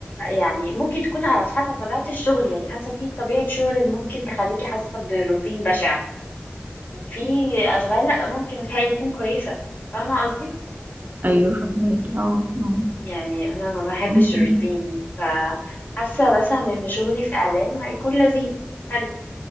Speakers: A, on the left; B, on the right.
A: يعني ممكن تكون على حسب طبيعة الشغل يعني حاسة في طبيعة شغل ممكن تخليكي حاسة بروتين بشع وفي أشغال لأ ممكن تهيألي تكون كويسة فاهمة قصدي؟
B: ايوه فهميكي اه اه
A: يعني انا ما بحبش
B: ممكن
A: الروتين فحاسه مثلا ان شغلي في اعلام هيكون لذيذ حلو